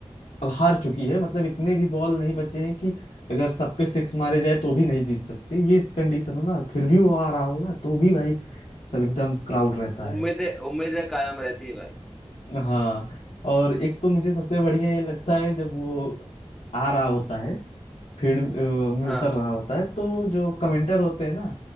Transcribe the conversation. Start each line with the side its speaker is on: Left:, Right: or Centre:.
Left: अब हार चुकी है मतलब इतने भी बॉल नहीं बचे हैं कि अगर सब पे सिक्स मारे जाए तो भी नहीं जीत सकते ये इस कंडीशन हो ना फिर भी वो आ रहा हो ना तो भी भाई सब एकदम क्राउड रहता
Centre: उम्मीदें
Left: है
Centre: उम्मीदें कायम रहती है भाई
Left: हाँ और एक तो मुझे सबसे बढ़िया ये लगता है जब वो आ रहा होता है फील्ड अ, में
Centre: हाँ
Left: उतर रहा होता है तो जो कमेंटर होते हैं ना